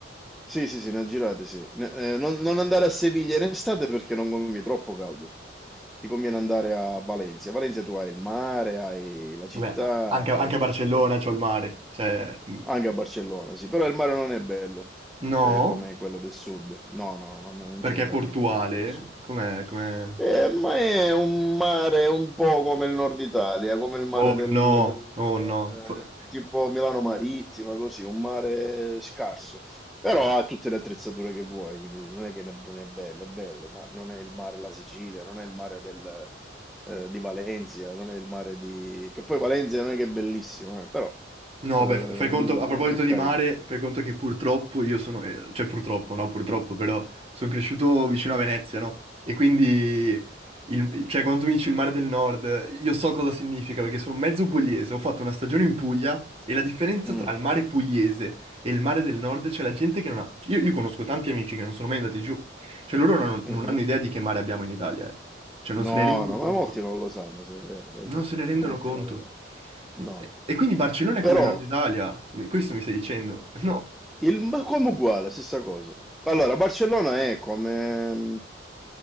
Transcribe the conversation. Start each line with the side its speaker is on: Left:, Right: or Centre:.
Centre: Sì, sì, sì, ne ho girate, sì. Ne- eh, non, non andare a Seviglia in estate perché non conviene, troppo caldo. Ti conviene andare a Valencia. A Valencia tu hai il mare, hai la città,
Right: Vabbè, anche,
Centre: Valencia
Right: anche a Barcellona
Centre: è stupendo.
Right: c'ho il mare. Cioè, mm,
Centre: Anche a Barcellona, sì, però il mare non è bello
Right: no,
Centre: eh, come quello del sud. No, no, no, no, non
Right: perché
Centre: c'entra
Right: è portuale.
Centre: niente con quello del sud.
Right: Com'è? Com'è?
Centre: Eh, ma è un mare un po' come il nord Italia, come il mare
Right: Oh
Centre: del,
Right: no,
Centre: del,
Right: oh no.
Centre: eh,
Right: F-
Centre: tipo Milano Marittima, così, un mare scarso. Però ha tutte le attrezzature che vuoi, quindi non è che ne- non è bello, è bello, ma non è il mare della Sicilia, non è il mare del, eh, di Valencia, non è il mare di... che poi Valencia non è che è bellissimo, eh, però
Right: No,
Centre: eh,
Right: beh, f- fai conto,
Centre: mm,
Right: a proposito
Centre: è carino.
Right: di mare, fai conto che purtroppo io sono, eh, cioè purtroppo, no, purtroppo, però sono cresciuto vicino a Venezia, no? E quindi, il- cioè quando tu mi dici il mare del nord, io so cosa significa, perché sono mezzo pugliese, ho fatto una stagione in Puglia e la differenza
Centre: Mm,
Right: tra il mare pugliese e il mare del nord, c'è la gente che non ha... Io, io conosco tanti amici che non sono mai andati giù, cioè loro non, hanno
Centre: mhm.
Right: non hanno idea di che mare abbiamo in Italia, eh. Cioè non se
Centre: No,
Right: ne rendono
Centre: no,
Right: conto,
Centre: ma molti non lo sanno, sì, è vero, è
Right: non
Centre: vero,
Right: se ne rendono
Centre: molti
Right: conto.
Centre: non lo sanno. No.
Right: No, E e quindi Barcellona è
Centre: Però
Right: come il nord Italia, Mi- questo mi stai dicendo? <laughs>
Centre: Il, ma come uguale, stessa cosa. Allora, Barcellona è come,